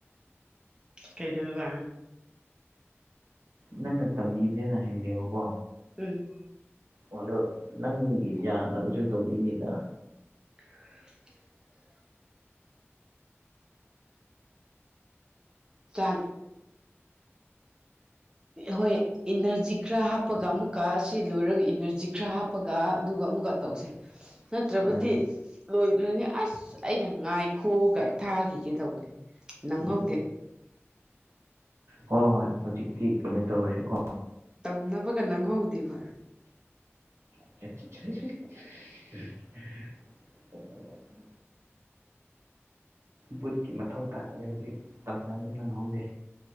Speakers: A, on the right; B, on the right.
A: ꯀꯩꯗꯧꯏꯕ
B: ꯅꯪꯅ ꯇꯝꯕꯤꯕꯅꯦꯅ ꯍꯩꯔꯦꯕꯀꯣ
A: ꯎꯝ
B: ꯑꯗꯣ <unintelligible> ꯅꯪꯒꯤ ꯌꯥꯅꯕꯁꯨ ꯇꯧꯕꯤꯅꯤꯗ
A: <unintelligible> ꯆꯥꯔ ꯍꯣꯏ <unintelligible> ꯏꯅꯔꯖꯤ ꯈꯔ ꯍꯥꯞꯄꯒ ꯑꯃꯨꯛꯀ ꯁꯤ ꯂꯣꯏꯔꯒ ꯏꯅꯔꯖꯤ ꯈꯔ ꯍꯥꯞꯄꯒ ꯑꯗꯨꯒ ꯑꯃꯨꯛꯀ ꯇꯧꯁꯦ
B: <inaudible>
A: ꯅꯠꯇ꯭ꯔꯕꯨꯗꯤ
B: ꯎꯝ
A: ꯂꯣꯏꯒ꯭ꯔꯅꯤ ꯑꯏꯁ ꯑꯩꯅ ꯉꯥꯏꯈꯣ ꯀꯥꯏ ꯊꯥꯈꯤꯒꯦ ꯇꯧꯕꯅꯤ ꯅꯪꯍꯧꯗꯦ
B: ꯎꯝ ꯍꯣꯏ ꯍꯣꯏ ꯍꯧꯖꯤꯛꯇꯤ ꯀꯩꯅꯣ ꯇꯧꯔꯁꯤꯀꯣ
A: ꯇꯝꯅꯕꯒꯥ ꯅꯪꯍꯧꯗꯦꯕ
B: <unintelligible> ꯕꯨꯠꯀꯤ ꯃꯊꯧ ꯇꯥꯗ꯭ꯔꯦ ꯍꯧꯖꯤꯛ ꯇꯝꯅꯕ ꯅꯪꯍꯧꯗꯦ